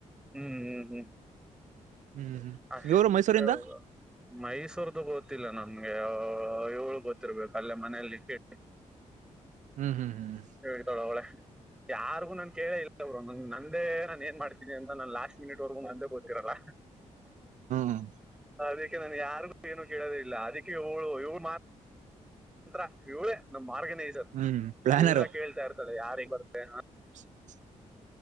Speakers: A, in the centre; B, on the right.
A: ಹ್ಮ್ ಹ್ಮ್ ಹ್ಮ್
B: ಹ್ಮ್ ಹ್ಮ್
A: ಅಷ್ಟೇ
B: ಇವರು ಮೈಸೂರಿಂದ
A: ಮೈಸೂರ್ದು ಗೋತಿಿಲ್ಲ ನಮ್ಗೆ ಏಳ್ು ಗೊತ್ತಿರ್ಬೇಕು ಅಲ್ಲೇ ಮನಲಿ ಕ
B: ಹ್ಮ್ ಹ್ಮ್ ಹ್ಮ್
A: ಹೇಳತೊಳ ಅವಳೆ ಯಾರಿಗು ನನ್ ಕೇಳೇ ಇಲ್ಲ ಅವರು ನಂದೇ ನಾನನ್ ಏನ್ ಮಾಡ್ತಿ ಅಂತ ನಾನು ಲಾಸ್ಟ್ ಮಿನಿಟ್ವರೆಗೂ ಅಂದೇ ಗೊತಿರಲ್ಲ
B: ಹ್ಮ್
A: ಅದ <unintelligible> ನಾನು ಯಾರಿಗೂ ಏನು ಕೇಳೋದಿಲ್ಲ ಅದಕ್ಕೆ ಇವಳು ಇವಳು ಮಾ ನಂತ್ರರ ಇವಳೇ ನಮ ಆರ್ಗಾನಿಜ್ರ್
B: ಹ್ಮ್ ಪ್ಲಾನರು
A: ಎಲ್ಲಾ ಕೇಳ್ತಾ ಇರ್ತಾರೆ ಯಾರ್ ಹೆಂಗ ಬರ್ತ್ತೆ ಹ
B: <inaudible>